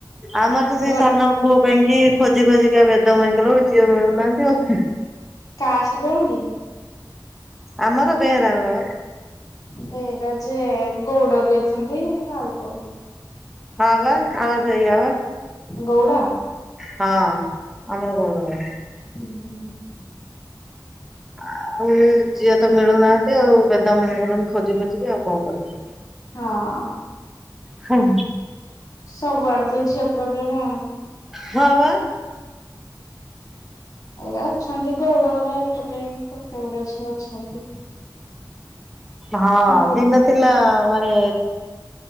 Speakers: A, in the centre; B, on the left.
A: ଆମର ତ ସେଇ
B: ଗୋ
A: ସାନ ପୁଅ ପାଇଁ କି ଖୋଜି ଖୋଜିିକି ଆ ବେଦ ମାଇଗଲା ବକୁ ଝି ମିଳନାହାନ୍ତିେ
B: କାଷ୍ଟ କହ କି
A: ଆମର ବେହେରା ଘର
B: ସେରା ଯେ ଗଉଡ ବି ଅଛନ୍ତି ଆଉ କ
A: ହଁ ବା ଆମ ସେଇ ହବ
B: ଗଉଡ଼ା
A: ହଁ ଆମର ଗୋଡର
B: ହୁଁ ହୁଁ ହୁଁ
A: ଆଉ ଝିଅ ତ ମିଳୁନାହାନ୍ତି ଆଉ ବେଦ ମେଙ୍କରଣି ଖୋଜି ଖୋଜିିବି ଆଉ କଣ କରିବ
B: ହଁ
A: ହୁଁ
B: ସବୁଆଡେ ତ ଝିଅ ପ୍ରୋବ୍ଲେମ ଆଉ।
A: ହଁ ବା।
B: ଏ ଅଛନ୍ତି ଗୌଡଘର ଏପଟେ କେତେଗୁରେ ଝିଅ ଅଛନ୍ତି।
A: ହଁ
B: ଏପଟେ
A: ଦିନ ଥିଲା
B: ହଁ।
A: ମାନେ